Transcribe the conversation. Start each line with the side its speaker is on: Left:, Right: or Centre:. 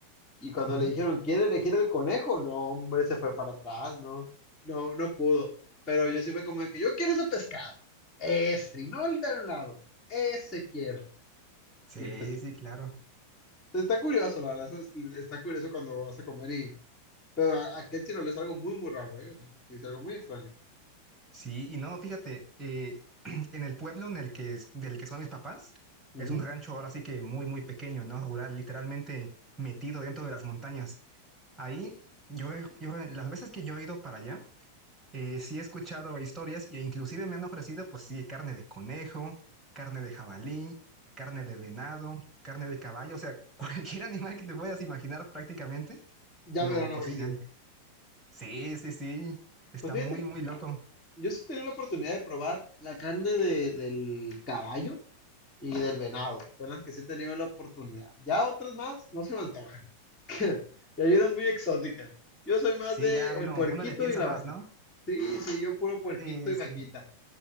Left: Y cuando
Centre: Ujú.
Left: le dijeron, ¿quiere elegir el conejo? No, hombre, se fue para atrás, no, no, no pudo. Pero yo sí fue como de que yo quiero ese pescado. Ese, y no el de un lado. Ese quiero.
Centre: Sí,
Left: Y pues
Centre: sí, claro.
Left: está curioso, la verdad. eso es- está curioso cuando vas a comer y. Pero a, a Ken sí no le es algo muy, muy raro, ¿eh? O sea, sí, es algo muy extraño.
Centre: Sí, y no, fíjate, eh, <clears throat> en el pueblo en el que, es- del que son mis papás,
Left: Ujú.
Centre: es un rancho ahora sí que muy, muy pequeño, ¿no? Rural, literalmente metido dentro de las montañas. Ahí, yo, he- yo he- las veces que yo he ido para allá, eh, sí he escuchado historias e inclusive me han ofrecido, pues sí, carne de conejo, carne de jabalí, carne de venado, carne de caballo, o sea, <laughs> cualquier animal que te puedas imaginar prácticamente
Left: Ya
Centre: lo
Left: me lo han
Centre: cocinan.
Left: ofrecido.
Centre: Sí, sí, sí, está
Left: Pues fíjate,
Centre: muy, muy loco.
Left: yo sí tenía la oportunidad de probar la carne de- del caballo y del venado. Son las que sí he tenido la oportunidad. Ya otras más no se me antojan. <laughs> y Yayeras muy exóticas. Yo soy más
Centre: Sí,
Left: de
Centre: ya uno,
Left: el puerquito
Centre: uno le piensa
Left: y la
Centre: más,
Left: vaquita.
Centre: ¿no?
Left: Sí, sí, yo puro puerquito
Centre: Sí,
Left: y
Centre: sí.
Left: vaquita.